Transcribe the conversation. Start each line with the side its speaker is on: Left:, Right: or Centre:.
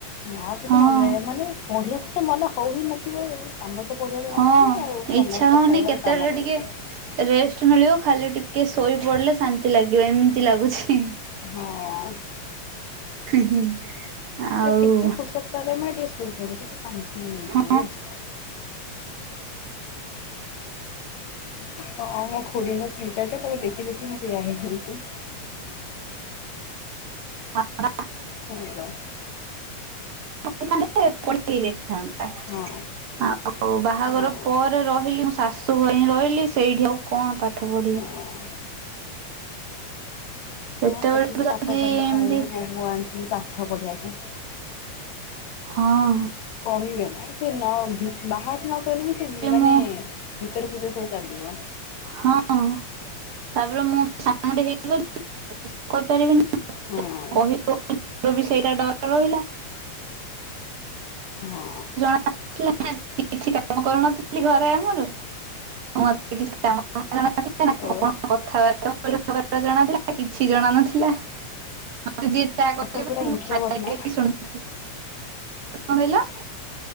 Left: ଆଉ କିଛି
Right: ହଁ।
Left: ମନେ ରହିବ ମାନେ ପଢ଼ିଆକୁ ତ ମନ ହଉ ହି ନଥିବ। ଆମର ତ ପଢିବାକୁ
Right: ହଁ
Left: ମନ ହଉନି ଆଉ ତମର
Right: ଇଚ୍ଛା
Left: ତ
Right: ହଉନି
Left: ଛାଡ
Right: କେତେବେଳେ
Left: କାମ କରୁଚ।
Right: ଟିକେ ରେଷ୍ଟ ମିଳିବ ଖାଲି ଟିକେ ଶୋଇ ପଡ଼ିଲେ ଶାନ୍ତି ଲାଗିବ। ଏମିତି ଲାଗୁଛି।
Left: ହଁ।
Right: ହୁଁ ହୁଁ। ଆଉ
Left: ଟିକେ ଫୁର୍ସତ ପାଇଲେ ମେ ଟିକେ ଶୋଇପଡେ। ଟିକେ ଶାନ୍ତି ହେଇଯିବ।
Right: ହଁ
Left: ରେଷ୍ଟ୍ ହଁ ମୋ ଖୁୁଡିଙ୍କ ତିନି ଟା ଛୁଆ ତାକୁ ଦେଖି ଦେଖି ମୁଁ ସେଇଆ ହେଇଚି।
Right: ହଁ
Left: <unintelligible>
Right: <unintelligible> ହେଇ ଯାଇଥାନ୍ତା।
Left: ହଁ।
Right: ଆଉ ଓ ବାହାଘର
Left: ହଁ
Right: ପରେ ରହିଲି ମୁଁ ଶାଶୂଘରେ ହିଁ ରହିଲି, ସେଇଠି ଆଉ କଣ ପାଠ
Left: ହଁ।
Right: ପଢିବି? ସେତେବେଳରୁ
Left: ହଁ ସେଠି ବି
Right: ଯଦି
Left: ପାଠ ପଢିଲେ କହିବେ,
Right: ଏମତି
Left: ବୋହୂ ଆଣିିଥିଲି ପାଠ ପଢିବା ପାଇଁ।
Right: ହଁ।
Left: କହିବେ ନା ସେ ନ ବାହାରେ ନକହିଲେ ବି ସେ ମାନେ
Right: ମୁଁ
Left: ଭିତରେ ଭିତରେ ସବୁ ଚାଲିବ।
Right: ହଁ। ତାପରେ ମୁଁ <unintelligible>
Left: ହଁ
Right: କହିବ। <unintelligible> ବି ସେଇଟା ଡର ରହିଲା।
Left: ହଁ।
Right: <unintelligible> କିଛି କାମ କରୁନଥିଲି ଘରେ ଆମର ମତେ କିଛି କାମ <unintelligible>
Left: ଓ
Right: କଣ କଥାବାର୍ତ୍ତା <unintelligible> ଜଣାଥିଲା କିଛି ଜଣା ନଥିଲା ମତେ ଯିଏ ଯାହା
Left: ମତେ
Right: କହିଲେ
Left: ପୁରା
Right: ବି ମୁଁ
Left: ଇଣ୍ଟ୍ରୋଭଟ୍
Right: ସାଇଲେଣ୍ଟ
Left: ନା
Right: ହେଇ ଶୁଣୁଥିଲି। କଣ କହିଲ?